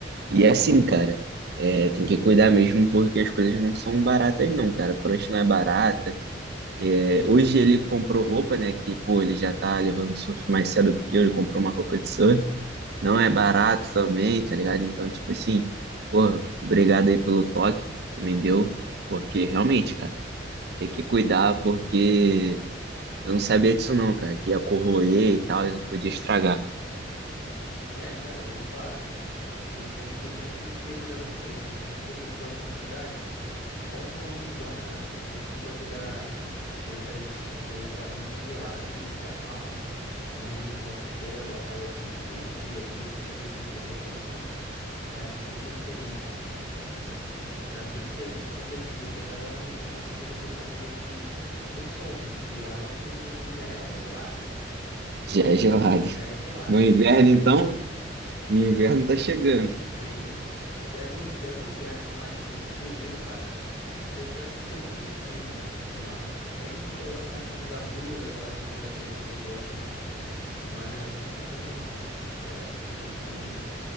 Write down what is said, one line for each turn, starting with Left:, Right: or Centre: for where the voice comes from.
Right: E é assim, cara, é, tem que cuidar mesmo porque as coisas não são baratas não, cara. Prancha não é barata, é, Hoje ele comprou roupa, né? Que, pô, ele já tá levando surf mais cedo do que eu. Ele comprou uma roupa de surf. Não é barato também, tá ligado? Então, tipo assim, pô, obrigado aí pelo toque que tu me deu. Porque realmente, cara, tem que cuidar porque eu não sabia disso não, cara. Que ia corroer e tal, e podia estragar.
Left: É, cara, eu vou te falar. Tu sempre, tu sempre tem que ter cuidado com isso. Assim que você tiver a oportunidade. Compra um Long John, cara. Porque senão tu vai pegar essas, essas águas muito geladas e faz mal, mano. O Longzinho John tu pega, bota água quente dentro e ali você fica aquecido essas roupas assim. Faz muita diferença, mano. Assim, faz muita diferença. Porque assim, você acaba não conseguindo surfar em dia que não tem sol, né? Porque a água aqui no Rio de Janeiro já é gelada.
Right: Já é gelado.
Left: Já, já é gelada.
Right: No inverno,
Left: Aí
Right: então, e o inverno tá chegando.
Left: Aí pega o, in- pega o inverno, mas cho- choveu, cara. Você vai ficar se tremendo de frio, mano, no mar. Mesmo que tu coloque uma segunda blusa, aquela segunda pele que o pessoal chama, não adianta tanta coisa não, cara. Eu acho que tu tem que,